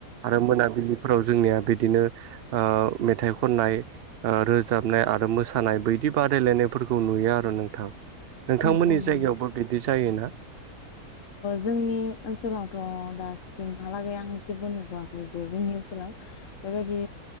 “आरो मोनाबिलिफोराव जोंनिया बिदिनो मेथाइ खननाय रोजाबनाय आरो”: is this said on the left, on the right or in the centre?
Right